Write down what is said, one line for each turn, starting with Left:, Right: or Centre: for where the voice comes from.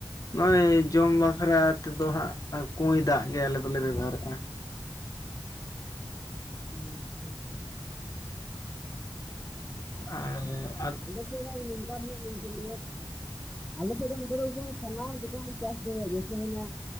Left: ᱱᱚᱜᱼᱚᱸᱭ ᱡᱚᱢ ᱵᱟᱠᱷᱨᱟ ᱛᱮᱫᱚ ᱦᱟᱸᱜ, ᱠᱩᱸᱭ ᱫᱟᱜ ᱜᱮ ᱟᱞᱮ ᱫᱚᱞᱮ ᱵᱮᱵᱷᱟᱨᱮᱜ ᱛᱟᱸᱦᱮᱜ᱾
Centre: <inaudible>
Left: ᱟᱨᱮ
Centre: <inaudible> ᱟᱞᱮ ᱥᱮᱫ ᱫᱚ ᱱᱚᱛᱮ ᱫᱚ ᱜᱚᱝᱠᱮ, ᱢᱟᱱᱮ ᱥᱟᱱᱟᱢ ᱞᱮᱠᱟᱸᱭ ᱪᱟᱥ ᱫᱚ ᱦᱩᱭᱩᱜ ᱜᱮ ᱥᱮ ᱦᱩᱭᱱᱟ